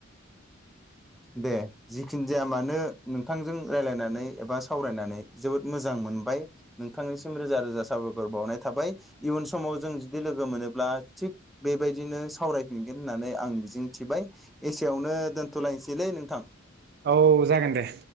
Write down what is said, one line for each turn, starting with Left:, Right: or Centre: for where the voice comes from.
Centre: दे जिखिनिजाया मानो नोंथांजों रायलायनानै एबा सावरायनानै जोबोद मोजां मोनबाय नोंथांनिसिम रोजा रोजा साबायखर बावनाय थाबाय इयुन समाव जों बिदि लोगो मोनोब्ला थिग बेबायदिनो सावरायफिनगोन होन्नानै आं मिजिंथिबाय एसेयावनो दोन्थ'लायसैलै नोंथां।
Right: औ जागोन दे